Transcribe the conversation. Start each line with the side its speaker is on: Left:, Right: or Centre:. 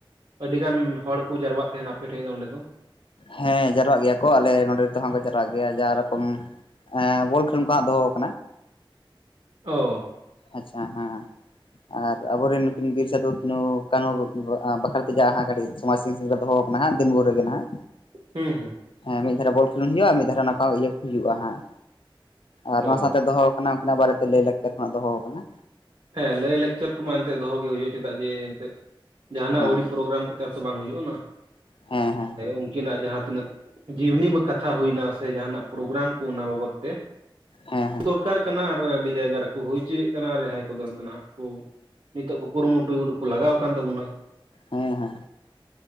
Right: ᱟᱹᱰᱤ ᱜᱟᱱ ᱦᱚᱲ ᱠᱚ ᱡᱟᱨᱣᱟᱜ ᱛᱟᱦᱮᱱᱟ, ᱟᱯᱮᱴᱷᱮᱜ ᱫᱚ ᱚᱸᱰᱮ ᱫᱚ?
Left: ᱦᱮᱸ ᱡᱟᱨᱣᱟᱜ ᱜᱮᱭᱟ ᱠᱚ᱾ ᱟᱞᱮ ᱱᱚᱰᱮ ᱛᱮᱦᱚᱸ ᱠᱚ ᱡᱟᱨᱣᱟᱜ ᱜᱮᱭᱟ ᱡᱟ ᱨᱚᱠᱚᱢ ᱦᱮᱸ, ᱵᱚᱞ ᱠᱷᱮᱞ ᱠᱚ ᱦᱟᱸᱜ ᱫᱚᱦᱚᱣ ᱠᱟᱱᱟ᱾
Right: ᱚᱸ᱾
Left: ᱟᱪᱪᱷᱟ, ᱦᱚᱸ᱾ ᱟᱨ ᱟᱵᱚᱨᱮᱱ ᱱᱩᱠᱤᱱ ᱵᱤᱨ ᱥᱤᱹᱫᱷᱩ- ᱠᱟᱹᱱᱦᱩ ᱵᱟᱹᱠᱷᱨᱟ ᱛᱮ ᱡᱟᱦᱟᱸ ᱠᱟᱹᱴᱤᱡ ᱥᱚᱢᱟᱡᱽ ᱥᱤᱧᱥᱟᱜ ᱥᱟ ᱨᱮ ᱫᱚᱦᱚ ᱱᱟᱦᱟᱜ ᱫᱤᱱ ᱵᱷᱳᱨ ᱨᱮᱜᱮ ᱦᱟᱸᱜ᱾
Right: ᱦᱩᱸ, ᱦᱩᱸ᱾
Left: ᱦᱮᱸ ᱢᱤᱫ ᱫᱷᱟᱨᱮ ᱵᱚᱞ ᱠᱷᱮᱞᱳᱱ ᱦᱩᱭᱩᱜᱼᱟ᱾ ᱢᱤᱫ ᱫᱷᱟᱨᱮ ᱱᱟᱯᱟ ᱤᱭᱟᱹ ᱠᱚ ᱦᱩᱭᱩᱜᱼᱟ᱾ ᱦᱟᱸ ᱟᱨ ᱚᱱᱟ
Right: ᱚ
Left: ᱥᱟᱶᱛᱮ ᱫᱚᱦᱚ ᱥᱟᱱᱟᱢ ᱩᱱᱠᱤᱱᱟᱜ ᱵᱟᱨᱮ ᱛᱮ ᱞᱟᱹᱭ ᱞᱟᱠᱪᱟᱨ ᱠᱷᱚᱱᱟᱜ ᱫᱚᱦᱚᱣ, ᱠᱟᱱᱟ
Right: ᱦᱮᱸ ᱞᱟᱹᱭ ᱞᱟᱠᱪᱟᱨ ᱠᱚᱢᱟ ᱮᱱᱛᱮᱜ ᱫᱚᱦᱚ ᱜᱮ ᱦᱩᱭᱩᱜᱼᱟ᱾ ᱪᱮᱫᱟᱜ ᱡᱮ ᱮᱱᱛᱮᱜ ᱡᱟᱦᱟᱱᱟᱜ
Left: ᱦᱮᱸ
Right: ᱚᱣᱰᱤ ᱯᱨᱳᱜᱨᱟᱢ ᱪᱚ ᱵᱟᱝ ᱦᱩᱭᱩᱜᱼᱟ, ᱱᱟᱸᱜ
Left: ᱦᱮᱸ ᱦᱮᱸ
Right: ᱩᱱᱠᱤᱱᱟᱜ ᱡᱟᱦᱟᱸ ᱛᱤᱱᱟᱹᱜ ᱡᱤᱵᱽᱱᱤ ᱵᱟ ᱠᱟᱛᱷᱟ ᱦᱩᱭᱱᱟ ᱥᱮ ᱡᱟᱦᱟᱱᱟᱜ ᱯᱨᱳᱜᱨᱟᱢ ᱠᱚ ᱚᱱᱟ ᱵᱟᱵᱚᱫ ᱛᱮ
Left: ᱦᱮᱸ
Right: ᱫᱚᱨᱠᱟᱨ ᱠᱟᱱᱟ ᱟᱨ ᱟᱹᱰᱤ ᱡᱟᱭᱜᱟ ᱨᱮᱠᱚ ᱦᱩᱭ ᱪᱩᱭᱮᱜ ᱠᱟᱱᱟ ᱟᱨ ᱡᱟᱦᱟᱸᱭ ᱠᱚ ᱫᱚ ᱚᱱᱛᱮ ᱱᱟᱜ ᱠᱚ ᱱᱤᱛᱚᱜ ᱠᱚ ᱠᱩᱨᱩ-ᱢᱩᱴᱩ ᱨᱮᱠᱚ ᱞᱟᱜᱟᱣ ᱟᱠᱟᱱ ᱛᱟᱵᱚᱱᱟ᱾
Left: ᱦᱮᱸ ᱦᱮᱸ